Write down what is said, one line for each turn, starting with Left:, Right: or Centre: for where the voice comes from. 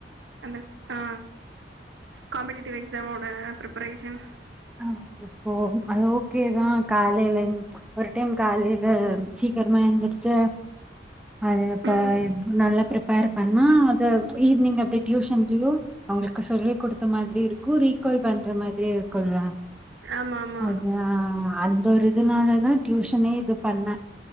Right: அந்த ஆ காம்படிட் டிவ் எக்ஸாமோட பிரப்ரேஷன்
Centre: ஆ செ இப்போ அது ஓகேதா காலையில ஒரு டைம் காலையில சீக்கிரமா எந்திரிச்சு அது இப்ப
Right: ம்
Centre: நல்லா ப்ரிப்பேர் பண்ணா அது ஈவினிங் அப்டி டியூஷன்லயு அவங்களுக்கு சொல்லி குடுத்த மாதிரி இருக்கு ரீகால் பண்ற மாதிரியி இருக்குல்ல
Right: ஆமா ஆமா
Centre: அதா அந்த ஒரு இதுனாலதா டியூஷனே இது பண்ண